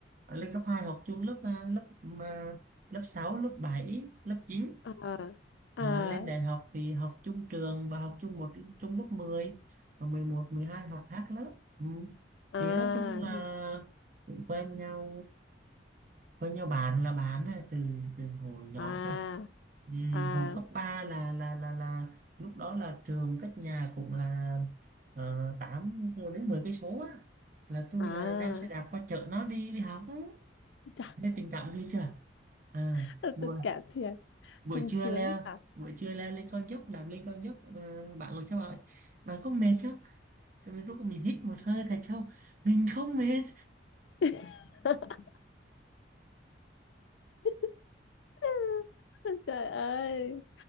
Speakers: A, on the right (about 45°); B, on the left (about 75°).
A: lên cấp 2 học chung lớp à, lớp mà lớp 6 lớp 7 lớp chín
B: à à
A: À,
B: à
A: lên đại học thì học chung trường và học chung một chung lớp 10 và 11, 12 học khác lớp ừ.
B: à
A: Thì nói chung là quen nhau quen nhau bạn là bạn á, từ từ hồi nhỏ
B: à
A: cơ ừ.
B: à
A: Hồi cấp 3 là là là là lúc đó là trường cách nhà cũng là uh, 8 đến 10 cây số á là tôi
B: à
A: là đem xe đạp qua chợ nó đi đi học á.
B: Chà,
A: Nên tình cảm ghê chưa à,
B: <laughs>
A: bữa
B: tôi cảm thiệt
A: buổi
B: sung
A: trưa
B: sướng
A: leo
B: nhở
A: buổi trưa leo lên con dốc đạp lên con dốc ờ, bạn ngồi theo bạn bạn có mệt không Rồi mình rút mình hít một hơi thật sâu mình không mệt
B: <laughs> <laughs> trời ơi